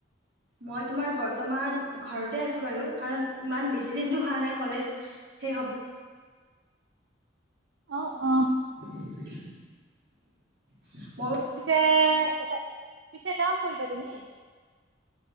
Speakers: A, on the right; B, on the right.
A: মই তোমাৰ বৰ্তমান ঘৰতে আছো বাৰু কাৰণ ইমান বেছি দিনতটো হোৱা নাই কলেজ সেই হব
B: অ অ
A: <inaudible> উ
B: পিছে এটা পিছে এটা কাম কৰিবা তুমি